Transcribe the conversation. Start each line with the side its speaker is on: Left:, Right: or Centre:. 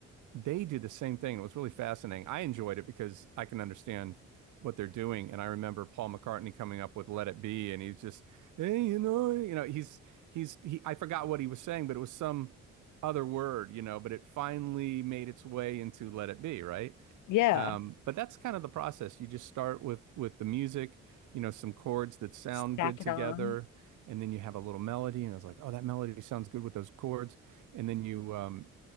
Right: they do the same thing. It was really fascinating. I enjoyed it because I can understand what they're doing. And I remember Paul McCartney coming up with "Let It Be," and he's just, hey, you know, you know, he's he's he. I forgot what he was saying, but it was some other word, you know. But it finally made its way into "Let It Be," right?
Left: Yeah.
Right: Um, but that's kind of the process. You just start with with the music, you know, some chords that sound
Left: Stack
Right: good together,
Left: it on.
Right: and then you have a little melody, and it's like, oh, that melody sounds good with those chords, and then you um,